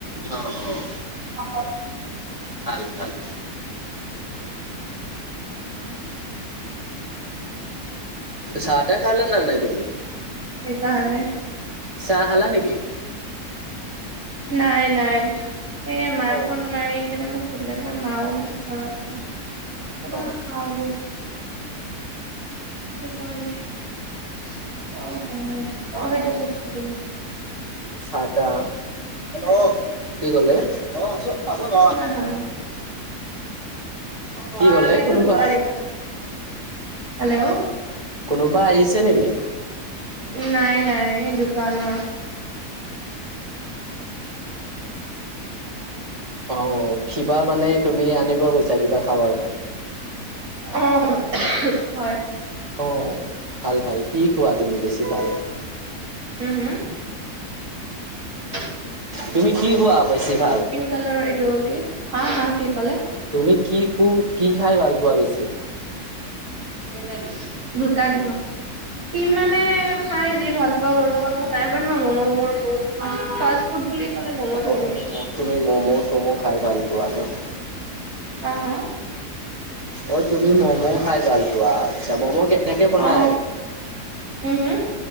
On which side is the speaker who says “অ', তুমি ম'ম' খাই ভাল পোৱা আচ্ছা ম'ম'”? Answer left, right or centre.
Right